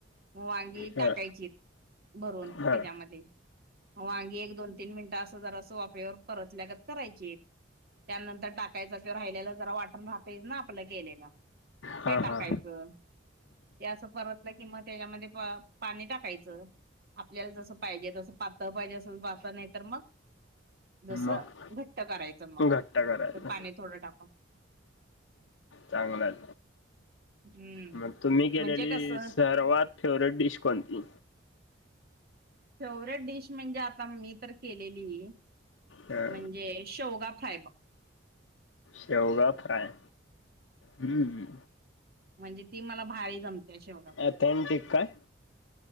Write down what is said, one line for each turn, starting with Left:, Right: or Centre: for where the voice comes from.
Right: मग वांगी
Left: हा
Right: टाकायची भरून त्याच्यामध्ये.
Left: हा
Right: मग वांगी एक दोन-तीन मिनिटं असं जरा असं वापेवर परतल्यागत करायची. त्यानंतर टाकायचं असल्यावर राहिलेल जरा वाटण राहतायच ना आपला केलेलं.
Left: हा
Right: ते टाकायचं.
Left: हा
Right: ते असं परतलं कि, मग त्याच्यामध्ये पाणी टाकायचं. आपल्याला जसं पाहिजे तसं, पातळ पाहिजे असल पातळ असेल नाही तर मग. जसं
Left: मग
Right: घट्ट करायचं मग,
Left: घट्टा करायचा
Right: पाणी थोडं टाकून.
Left: चांगलं आहे.
Right: हम्म
Left: मग तुम्ही केलेली
Right: म्हणजे कसं
Left: सर्वात फेवरेट डिश कोणती?
Right: फेवरेट डिश म्हणजे आता मी तर केलेली.
Left: हा
Right: म्हणजे शेवगा फ्राय बग.
Left: शेवगा फ्राय हम्म.
Right: म्हणजे ती मला भारी जमते, शेवगा फ्राय.
Left: ऑथेंटिक काय